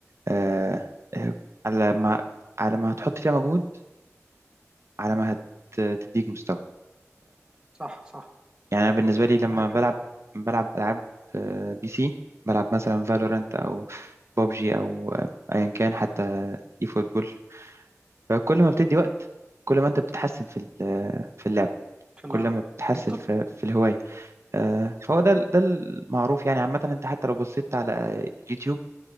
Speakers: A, on the right; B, on the right.
A: آه آه، على ما على ما هتحط فيها مجهود على ما هتديك مستوى
B: صح صح
A: يعني انا بالنسبه لي لما
B: معاك
A: بلعب
B: في ده
A: بلعب العاب آه، بي سي بلعب مثلا فالورانت او ببجي او آه، ايا كان حتى اي فوتبول فكل ما بتدي وقت كل ما انت بتتحسن في ال- آه، في اللعب
B: في
A: كل
B: لا
A: ما بتتحسن
B: منطقي
A: في في الهوايه آه، فهو ده ده المعروف يعني عامه انت حتى لو بصيت على آه، يوتيوب